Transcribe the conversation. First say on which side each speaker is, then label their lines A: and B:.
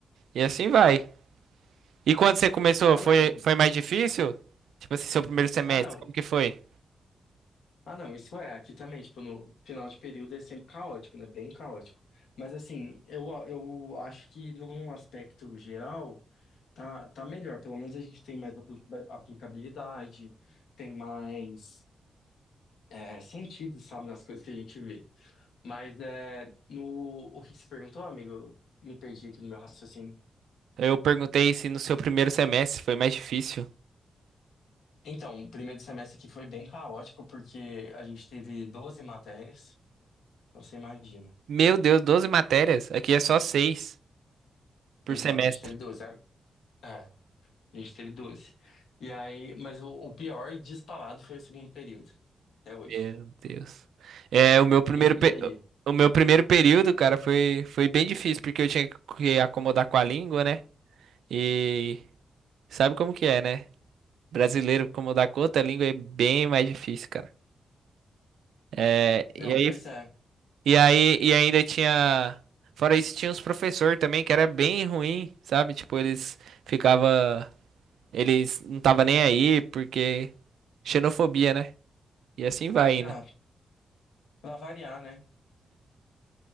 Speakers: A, on the right; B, on the left.
A: E assim vai. E quando você começou,
B: Ah,
A: foi,
B: não.
A: foi mais difícil? Tipo assim, seu primeiro semestre,
B: Ah, não.
A: como que foi?
B: Ah, não. Isso é, aqui também, tipo, no final de período é sempre caótico, né? Bem caótico. Mas assim, eu, eu acho que num aspecto geral, tá, tá melhor. Pelo menos a gente tem mais apli- aplicabilidade, tem mais, é, sentido, sabe, nas coisas que a gente vê. Mas é, no, o que que você perguntou, amigo? Eu Me perdi aqui no meu raciocínio.
A: Eu perguntei se no seu primeiro semestre foi mais difícil.
B: Então, o primeiro semestre aqui foi bem caótico, porque a gente teve 12 matérias, então você imagina.
A: Meu Deus, 12 matérias. Aqui é só 6 por
B: Então,
A: semestre.
B: a gente teve doze a- É, a gente teve doze E aí, mas o, o pior disparado foi o segundo período, até hoje.
A: Meu Deus. É, o meu primeiro,
B: E,
A: pe-
B: e aí?
A: o meu primeiro período, cara, foi, foi bem difícil, porque eu tinha que acomodar com a língua, né? e Sabe como que é, né? Brasileiro, como dá conta, a língua é bem mais difícil, cara. É, e
B: Não,
A: aí,
B: pois é.
A: e aí, e ainda tinha, fora isso, tinha uns professores também que era bem ruim, sabe? Tipo, eles ficava, eles não tava nem aí porque xenofobia, né? E assim vai
B: Ah,
A: indo.
B: pra variar, né?